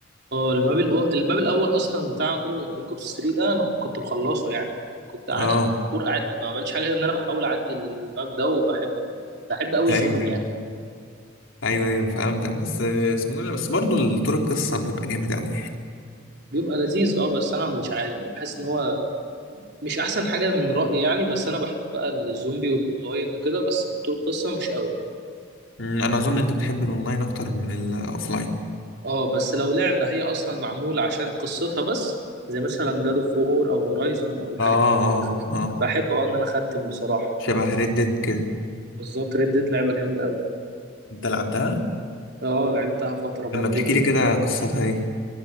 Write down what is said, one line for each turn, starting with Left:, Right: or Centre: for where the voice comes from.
Right: اه الماب الأو... الماب الاول اصلا بتاع كل بلاك اوبس 3 ده انا كنت مخلصه يعني كنت قعدت
Left: اه
Right: شهور قاعد ما بعملش حاجه غير ان انا بحاول اعدي الماب ده وبحب بحب قوي الزومبي
Left: ايوه ايوه
Right: يعني
Left: ايوه ايوه فهمتك بس آه، اسمه إيه ده؟ بس برضه طور القصه بيبقى جامد قوي يعني
Right: بيبقى لذيذ اه بس انا مش عارف بحس ان هو مش احسن حاجه من رايي يعني بس انا بحب بقى الزومبي والاونلاين وكده بس في طول القصه مش قوي
Left: أمم، انا اظن انت بتحب الاونلاين اكتر من الاوفلاين
Right: اه بس لو لعبه هي اصلا معموله عشان قصتها بس زي مثلا جادو فور او هورايزون او الحاجات
Left: اه اه اه
Right: بحب اه ان انا اختم بصراحه
Left: شبه ريد ديد كده
Right: بالظبط ريد ديد لعبه جامده قوي
Left: انت لعبتها
Right: اه لعبتها فترة برضو
Left: لما تحكي لي كده قصتها ايه